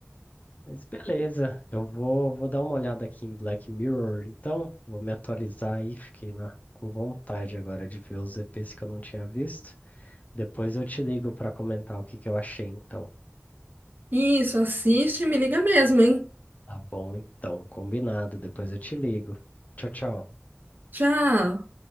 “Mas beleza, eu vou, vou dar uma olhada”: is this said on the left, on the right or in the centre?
Left